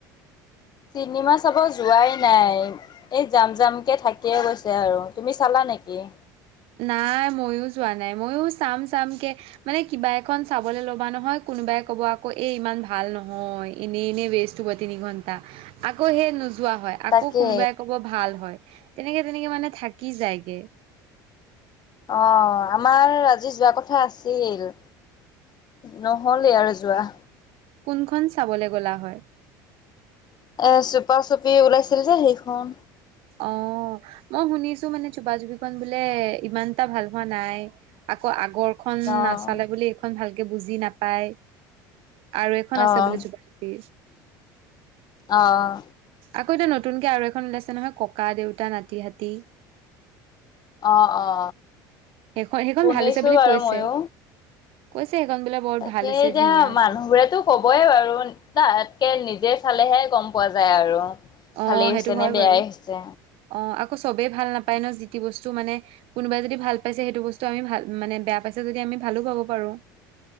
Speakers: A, on the left; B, on the right.
A: চিনেমা চাব যোৱাই নাই। এই যাম জাম কে থাকিয়ে গৈছে আৰু তুমি চালা নেকি।
B: নাই ময়ো যোৱা নাই ময়ো চাম চামকে। মানে কিবা এখন চাবলে ল'বা নহয় কোনোবাই ক'ব আকৌ এ ইমান ভাল নহয় এনেই এনেই ৱেষ্ট, <unintelligible> তিনি ঘন্টা আকৌ সে নোযোৱা হয়।
A: তাকে
B: আকৌ কোনোবাই ক'ব ভাল হয় তেনেকে তেনেকে মানে থাকি যায়গে।
A: অ আমাৰ আজি যোৱা কথা আছিল। নহ'লেই আৰু যোৱা।
B: কোনখন চাবলৈ গ'লা হয়।
A: এ চুপা চুপি ওলাইছিল যে সেইখন।
B: অ মই শুনিছো মানে চুপা চুপিখন বোলে ইমান এটা ভাল হোৱা নাই। আকৌ আগৰখন
A: আহ
B: নাচালে বুলি এইখন ভালকে বুজি নাপায়। আৰু এখন
A: আহ
B: আছে বোলে চুপা চুপি।
A: আহ
B: আকৌ এতিয়া নতুনকে আৰু এখন ওলাইছে নহয় ককা দেউতা নাতি হাতী।
A: অ অ
B: সেইখন সেইখন
A: শুনিছো
B: ভাল হৈছে বুলি
A: বাৰু
B: কৈছে
A: ময়ো।
B: কৈছে সেইখন বৰ
A: তাকে
B: ভাল হৈছে
A: এতিয়া
B: ধুনীয়া হৈছে।
A: মানুহবোৰেতো ক'বই বাৰু তাতকে নিজে চালেহে গম পোৱা যায় আৰু ভালেই
B: অ
A: হৈছে
B: সেইটো হয়
A: নে বেয়াই
B: বাৰু
A: হৈছে
B: অ আকৌ চবেই ভাল নাপায় ন যিটি বস্তু মানে, কোনোবাই যদি ভাল পাইছে সেইটো বস্তু আমি ভাল মানে বেয়া পাইছে যদি আমি ভালো পাব পাৰো।